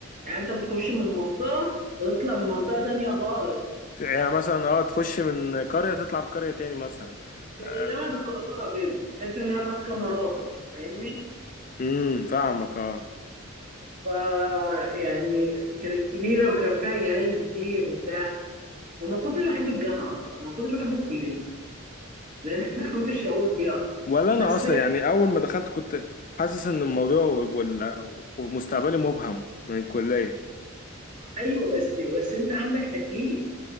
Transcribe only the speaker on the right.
يعني انت بتخش من منطقه بتطلع من منطقه تانيه خالص
زي
جامعة القاهرة كده تحس إن هي ماسكة مناطق فاهمني؟
فا يعني كانت كبيرة وكان فيها جناين كتير وبتاع وما كنتش بحب الجامعة أصلا ما كنتش بحب الكلية لأن <laughs> ما كنتش شغوف بيها أصلا
بس
أيوه بس بس أنت عندك تكليف